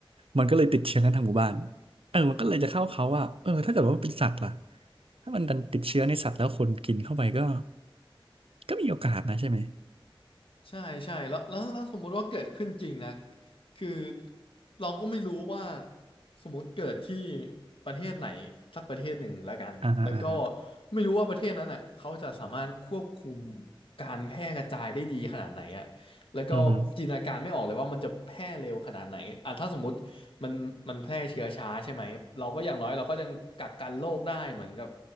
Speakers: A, on the right (about 80°); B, on the left (about 70°).
A: มันก็เลยติดเชื้อกันทั้งหมู่บ้านเออมันก็เลยจะเข้าเขาว่าเออถ้าเกิดว่ามันเป็นสัตว์ล่ะถ้ามันดันติดเชื้อในสัตว์แล้วคนกินเข้าไปก็ก็มีโอกาสนะใช่ไหม
B: ใช่ใช่แล้วแล้วแล้วสมมุติว่าเกิดขึ้นจริงนะคือเราก็ไม่รู้ว่าสมมุติเกิดที่ประเทศไหนสักประเทศหนึ่งแล้วกันแล้วก็
A: อ่าฮะอ่าฮะ
B: ไม่รู้ว่าประเทศนั้นน่ะเขาจะสามารถควบคุมการแพร่กระจายได้ดีขนาดไหนอ่ะแล้วก็จินตนาการไม่ออกเลยว่ามันจะแพร่เร็วขนาดไหนอ่ะถ้าสมมติ
A: อืมฮึ
B: มันมันแพร่เชื้อช้าใช่ไหมเราก็อย่างน้อยเราก็ยังกักกันโรคได้เหมือนกับ